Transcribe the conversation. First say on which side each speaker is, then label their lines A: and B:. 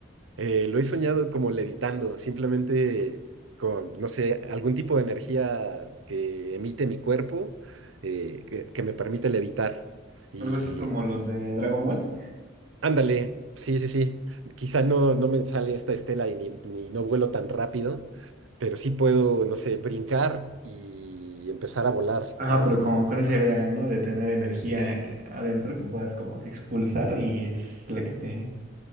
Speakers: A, on the right; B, on the right.
A: Eh, lo he soñado como levitando, simplemente con, no sé, algún tipo de energía que emite mi cuerpo, eh, que, que me permite levitar. Y
B: Algo así como los de Dragon Ball.
A: ándale, sí, sí, sí. Quizá no, no me sale esta estela y ni, ni no vuelo tan rápido, pero sí puedo, no sé, brincar y empezar a volar,
B: Ajá,
A: ¿no?
B: pero como con esa idea, ¿no? De tener energía eh, adentro que puedas como que expulsar y es la que te,